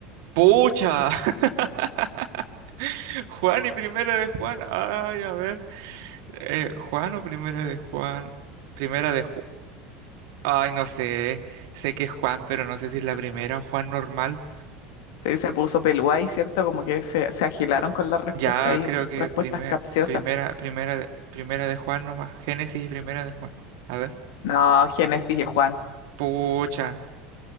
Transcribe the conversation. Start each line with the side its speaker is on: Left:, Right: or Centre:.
Right: Pucha. <laughs> <laughs> Juan y primera de Juan. Ay, a ver. eh, Juan o primera de Juan. Primera de Juan. Ay, no sé. Sé que es Juan, pero no sé si es la primera o Juan normal.
Left: Sí, se puso Pelguay, ¿cierto? Como que se, se agilaron con las respuestas
Right: Ya
Left: y
Right: creo que
Left: respuestas
Right: primer-
Left: capciosas.
Right: primera, primera, de- primera de Juan nomás. Génesis y primera de Juan. A ver.
Left: No, Génesis y Juan.
Right: Pucha.